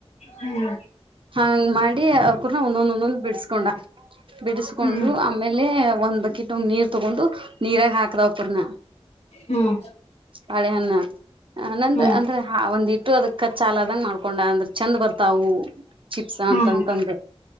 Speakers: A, on the left; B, on the right.
A: ಹ್ಮ್
B: ಹಾಂಗ್ ಮಾಡಿ ಅವಕೂರ್ನ ಒಂದೊಂದ ಒಂದೊಂದ್ ಬಿಡಿಸಕೊಂಡ ಬಿಡಿಸಕೊಂಡು
A: ಹ್ಮ್
B: ಆಮ್ ಆಮೇಲೆ ಒಂದ್ ಬಕಿಟು ನೀರ್ ತಗೊಂಡು ನೀರಾಗ ಹಾಕದಾವಪುರ್ನ
A: ಹ್ಮ್
B: ಬಾಳೆಹಣ್ಣ. ಹ ನಂದ್
A: ಹ್ಮ್
B: ಅಂದ್ರೆ ಒಂದಿಟ್ಟು ಅದಕ್ಕ ಚಾಲದನಂಗೆ ಮಾಡ್ಕೊಂಡ ಅಂದ್ರೆ ಚಂದ್ ಬರ್ತಾವು. ಚಿಪ್ಸ್
A: ಹ್ಮ್
B: ಅಂತಂತಂದು.